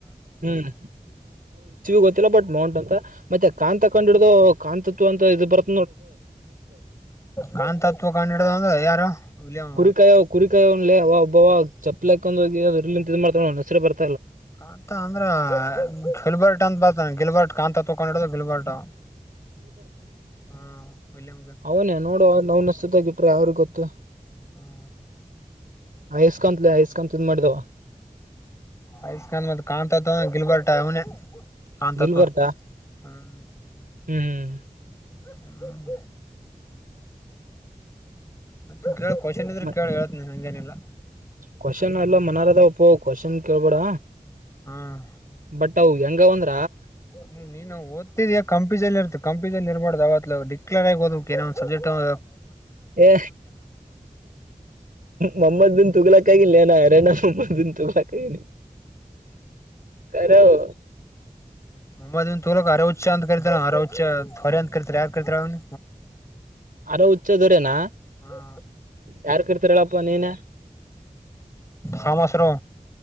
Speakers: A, on the right (about 75°); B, on the left (about 20°).
A: <unintelligible> ಗೊತ್ತಿಲ್ಲ ಬಟ್ ಮೌಂಟ್ ಅಂತ ಮತ್ತೆ ಕಾಂತ ಕಂಡ ಹಿಡು ಕಾಂತತ್ವ ಅಂತದು ಬರುತ್ತ
B: ಕಾಂತತ್ವ ಕಂಡಿಡೋದ್ ಯಾರು. ವಿಲಿಯಂ
A: ಕುರಿಕಾಯ ಕುರಿಕಾಯವನ್ಲೆ ಅವ ಒಬ್ಬವ ಚಪ್ಪಲೆಕ್ಕಕಂದ ಹೋಗಿ ಅದ್ರಲಿಂದ್ ಇದ್ ಅವ್ನ್ ಹೆಸ್ರೇ ಬರ್
B: ಕಾಂತಾ ಅಂದ್ರ ಗಿಲ್ಬರ್ಟ್ ಅಂತ್ ಬಾತಾನ ಗಿಲ್ಬರ್ಟ್ ಕಾಂತತ್ವ ಕಂಡಿಡ್ ದೊದು ಗಿಲ್ಬರ್ಟು. ಹಾ ವಿಲ್ಯಂ
A: ಅವ್ನೆ ನೋಡುವ ನವ್ನೆ ಸಿತೆಗಿಟ್ರೆ ಅವ್ರ ಗೊತ್ತು.
B: ಹ್ಮ
A: ಆಯಸ್ಕತ್ಲೆ ಆಯಸ್ಕಂತ ಮಾಡ್ದಾವ.
B: ಆಯಸ್ಖಾನ್ ಮತ್ ಕಾಂತತ್ ಗಿಲ್ಬಾರ್ಟ ಅವ್ನೆ. ಕಾಂತತ್ವ
A: ಗಿಲ್ ಬರ್ಟಾ
B: ಹ್ಮ್.
A: ಹ್ಮ್
B: ಹ್ಮ್ ಮತ್ ಕೇಳ ಕ್ವೆಶ್ಚನ್ ಇದ್ರ
A: ಮ
B: ಕೇಳ ಹೇಳ್ತನಿ ಹಂಗೇನಿಲ್ಲ.
A: ಕ್ವಶನ್ ಎಲ್ಲ ಮನಾರ ಅದ ಒಪ್ಪ ಕ್ವಶನ್ ಕೇಳ್ಬೇಡ.
B: ಹ್ಮ್
A: ಬಟ್ಟವು ಹೆಂಗ್ ಅವ ಅಂದ್
B: ನಿ ನೀನು ಓದ್ತಿಯ ಕಂಪ್ ಫಿಜೆಲ್ಲ ಇರ್ತೆ ಕಂಪಿಜಲ್ ಇರ್ಬಾರ್ದು ಯಾವತ್ಲು ಡಿಕ್ಲೇರ್ ಆಗ್ ಒದ್ಬೇಕ್ ಏನೆ ಒಂದ್ ಸಬ್ಜೆಟ್ ಅನ್
A: ಏ ಮೊಮ್ಮದ್ ಬಿನ್ ತಗಲಕ್ಕಾಗಿಲ್ಲಾನೆ ಹರೆನ. ಮೊಹಮ್ಮದ್ ಬಿನ್ ತುಘಲಾಕ್ ಆಗೇನಿ ಕರೆವು.
B: ಮೊಮ್ಮದ್ ಬಿನ್ ತುಘಲಾಕ್ ಅರೆ ಹಚ್ಚಾ ಅಂತ ಕರಿತೆವ್ ಅರೆ ಹುಚ್ಚ ಹೊರೆ ಅಂತ್ ಕರೀತೆರ್ ಯಾರ್ ಕರೀತೆರ್ ಅವ್ನ.
A: ಅರೆ ಹುಚ್ಚದೆರೆನ.
B: ಹಾ
A: ಯಾರ್ ಕರ್ತಾರ ಹೇಳಪ್ಪಾ ನೀನ.
B: ಥಾಮಸ್ ರೋ